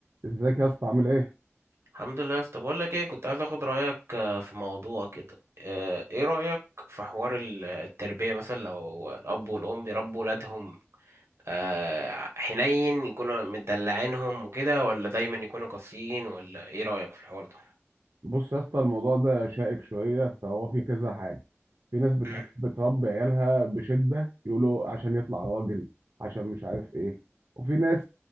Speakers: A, on the right; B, on the right.
A: ازيك يا اسطى عامل ايه
B: الحمد لله طب اقول لك ايه كنت عايز اخد رايك آه، في موضوع كده آه، ايه رايك في حوار ال- التربيه مثلا لو الاب والام يربوا ولادهم آه، حنين يكونوا مدلعينهم وكده ولا دايما يكونوا قاسيين ولا ايه رايك في الحوار ده
A: بص يا اسطى الموضوع ده شائك شويه فهو في كذا حاجه في ناس بتحب
B: مم،
A: تربي عيالها بشده يقولوا عشان يطلع راجل عشان مش عارف ايه وفي ناس